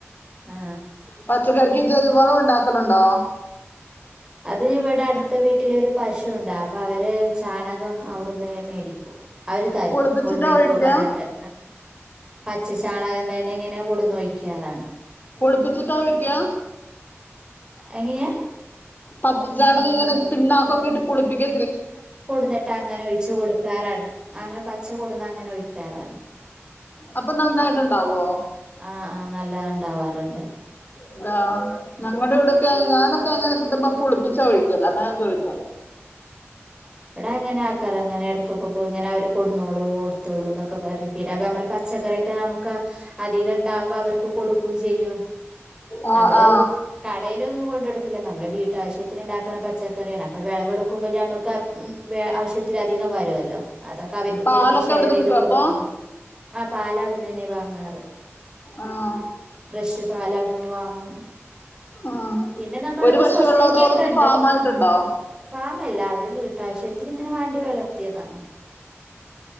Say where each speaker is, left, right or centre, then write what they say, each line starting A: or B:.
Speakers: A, on the right; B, on the left.
A: ആ
B: പച്ചകറിക്ക് ജൈവവളം ഇണ്ടാക്കലുണ്ടോ
A: അത് ഇവിടെ അടുത്ത വീട്ടിലൊരു പശുണ്ട് അപ്പൊ അവര് ചാണകം അവിടുന്ന് മേടിക്കും അവര് തരും
B: പുളിപ്പിച്ചിട്ടാ
A: കൊണ്ട് പോയിക്കൊ
B: ഒഴിക്ക
A: പറഞ്ഞിട്ട് ച്ച ചാണകം തന്നെ ഇങ്ങനെ കൊണ്ടന്ന് ഒയിക്കാറാണ്
B: പുളിപ്പിച്ചിട്ടാ ഒഴിക്കിയ
A: എങ്ങനെയാ
B: പച്ച ചാണകം ഇങ്ങനെ പിണ്ണാക്കൊക്കെ ഇട്ട് പുളിപ്പിക്ക
A: കൊടുന്നിട്ട് അങ്ങനെ ഒഴിച്ച് കൊടുക്കാറാണ് അങ്ങനെ പച്ച കൊടുന്ന അങ്ങനെ ഒഴിക് കാറാണ്
B: അപ്പൊ നന്നായിട്ടുണ്ടാവോ
A: ആ ആ നല്ല ഇണ്ടാവാറുണ്ട്
B: അതാ ഞങ്ങളുടെ ഇവിടെക്കെ ഞാനൊക്കെ അങ്ങനെ കിട്ടുമ്പോ പുളിപ്പിച്ചാ ഒഴിക്കല് അതാ ഞാൻ ചോദിച്ചേ
A: എടാ അങ്ങനെക്കാരം എടക്കൊക്കെ പോയി അവര് കൊടുന്നോളും ഇട്ത്തോളുംന്നൊക്കെ പറിം പച്ചക്കറി ഒക്കെ നമക്ക് അതികം ഉണ്ടാവുമ്പോ അവർക്ക് കൊടു- ക്കും ചെയ്യും
B: ആ
A: ഞമ്മള്
B: ആ
A: കടെലൊന്നും കൊണ്ടോ ഞമ്മളെ വിട്ടാവ വീട്ടിലുണ്ടാക്കണം പച്ചക്കറിയാണ് അപ്പ വിളവെടു ഞമുക്ക് ഉം ആവശ്യത്തിൽ അധികം വരുമല്ലോ. അതൊക്കെ അവർക്ക്
B: പാലൊക്കെ
A: മ്മള് ഷെയർ
B: അവിടുന്ന്
A: ചെയ്ത്
B: കിട്ടോ
A: കൊടുക്കും.
B: അപ്പൊ
A: ആ പാല് അവിടുന്ന് തന്നെ വാ ങ്ങാറ്.
B: ആഹ്
A: ഫ്രഷ് പാലവിടുന്ന് വാങ്ങും,
B: ആ
A: പിന്നെ നമ്മളവിടെ
B: ഒരു പശു
A: സൊസൈറ്റി
B: ഒള്ളോ അതോ അവർക്ക്
A: ഒക്കെ ഉണ്ട്
B: ഫാമായിട്ടുണ്ടോ?
A: ഫാമല്ല അവര് വീട്ടാവശ്യത്തിന് ഇങ്ങനെ വാണ്ടി വളർത്തിയതാ.